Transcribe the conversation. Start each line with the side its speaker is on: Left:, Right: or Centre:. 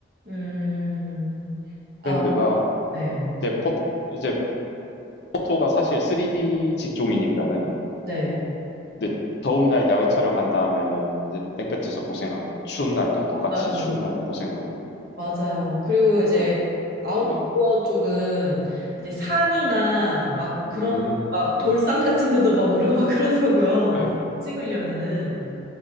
Right: 음, 아,
Left: 트렌드가
Right: 네,
Left: 이제 포 이제 포토가 사실 3D 직종이니까는
Right: 네.
Left: 근데 더운 날 야외 촬영한 다음에는 이제 땡볕에서 고생하고 추운 날도 똑같이
Right: 맞아요,
Left: 추운 날을 고생하고
Right: 맞아요. 그리고 이제
Left: 네,
Right: 아웃도어
Left: 네.
Right: 쪽은 이제 산이나 막 그런
Left: 음,
Right: 막
Left: 네.
Right: 돌산 같은 데도 막 오르고 막 그러더라고요.
Left: 네.
Right: 찍으려면은